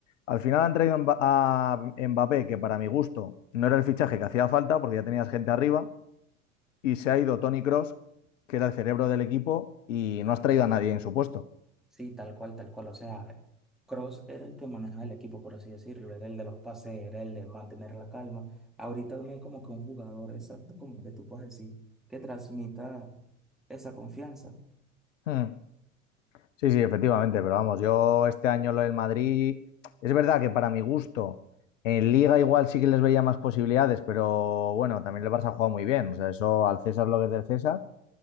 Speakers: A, on the left; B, in the centre.
A: Al final han traído a Mba- a Mbappé, que para mi gusto no era el fichaje que hacía falta, porque ya tenías gente arriba, y se ha ido Tony Cross, que era el cerebro del equipo, y no has traído a nadie en su puesto.
B: sí, tal cual, tal cual, o sea, Cross era el que manejaba el equipo, por así decirlo, era el de los pases, era el de mantener la calma. Ahorita no hay como que un jugador exacto como que tú puedes decir que transmita esa confianza.
A: Hmm. Sí, sí, efectivamente, pero vamos, yo este año lo del Madrid, es verdad que para mi gusto, en Liga igual sí que les veía más posibilidades, pero bueno, también el Barça ha jugado muy bien, o sea, eso al César lo que es del César,